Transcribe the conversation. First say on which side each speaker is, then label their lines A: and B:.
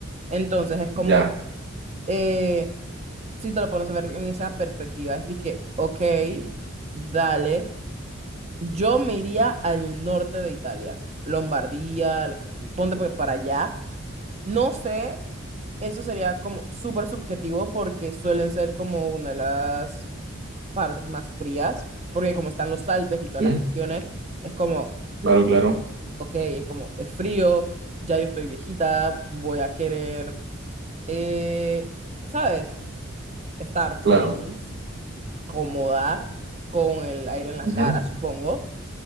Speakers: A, on the right (about 30°); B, on the right (about 55°).
A: Entonces es como,
B: ya.
A: eh, si te lo pones a ver en esa perspectiva, es de que, ok, dale, yo me iría al norte de Italia, Lombardía, Alejandría, ponte pues para allá. No sé, eso sería como súper subjetivo porque suelen ser como una de las partes más frías, porque como están los Alpes y todas
B: Sí,
A: las cuestiones, es como,
B: claro, claro,
A: ok, es como, es frío, ya yo estoy viejita, voy a querer, eh, ¿sabes? Estar
B: claro.
A: feliz cómoda, con el aire en la
B: Ujú.
A: cara, supongo,